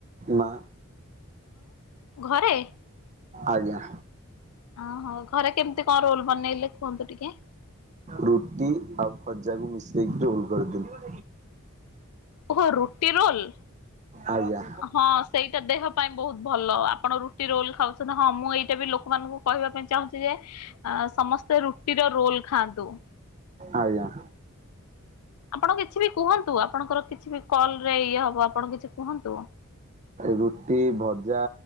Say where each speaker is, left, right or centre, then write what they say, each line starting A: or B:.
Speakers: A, on the right; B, on the left.
A: ମା
B: ଘରେ
A: ଆଜ୍ଞା।
B: ଓହୋ ଘରେ କେମିତି କଣ ରୋଲ ବନେଇଲେ କୁହନ୍ତୁ ଟିକେ?
A: ରୁଟି ଆଉ ଭଜାକୁ ମିଶେଇକି ରୋଲ କରିଦେଲୁ।
B: ଓହ ରୁଟି ରୋଲ।
A: ଆଜ୍ଞା।
B: ହଁ ସେଇ ଟା ଦେହ ପାଇଁ ବହୁତ ଭଲ ଆପଣ ରୁଟି ରୋଲ ଖାଉଛନ୍ତି ହଁ ମୁଁ ଏଇଟା ବି ଲୋକମାନଙ୍କୁ କହିବା ପାଇଁ ଚାହୁଁଛି ଯେ ଆ ସମସ୍ତେ ରୁଟିର ରୋଲ ଖାଆନ୍ତୁ।
A: ଆଜ୍ଞା।
B: ଆପଣ କିଛି ବି କୁହନ୍ତୁ ଆପଣଙ୍କର କିଛି ବି କଲରେ ଇଏ ହବ ଆପଣ କିଛି କୁହନ୍ତୁ?
A: ରୁଟି ଭଜା।